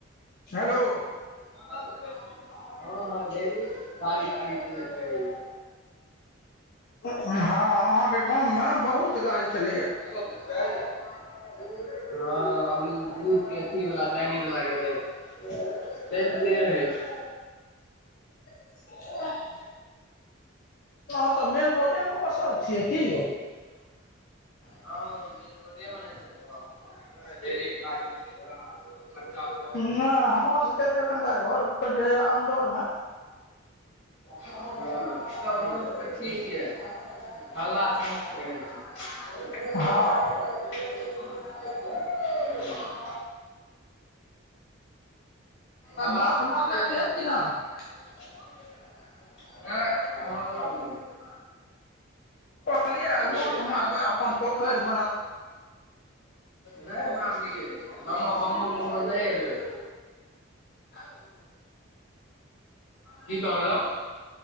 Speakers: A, on the left (about 50°); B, on the left (about 65°).
A: हेलो।
B: कता सुते छी? हां हं ढेरी गाड़ी ताड़ी चलैत रहैया
A: हं, अहां के गाम मे बहुत गाड़ी चलैया।
B: नसे <unintelligible> हं अभी दूध के अथी वला, डैरी वला गेलै। त त होइ छै <unintelligible>
A: ह <inaudible> अहां सब मेन रोडे मे बसल छियै की।
B: हँ मेन रोडे बला छैय घर ढेरी गाड़ी घोड़ा बच्चा सब
A: नहि हमर सबके त कनिटा घर पर या अन्दर में।
B: हँ तऽ ओ <inaudible> ठीक यऽ हल्ला स मुक्त रहै छी।
A: हँ
B: ह <inaudible> हल्ला
A: माछ
B: से
A: मारले
B: मुक्ते
A: रहियै
B: रहै मे
A: कि
B: ठीक
A: नहि
B: छैय। नहि कह बात नहि <unintelligible>
A: कहलियै माछ
B: छै
A: मारबैय अपन पोखैर में।
B: नहि मारलिय ब्म बम्म मम्म नहि ऐलैय।
A: हेलो।
B: की कहलउ।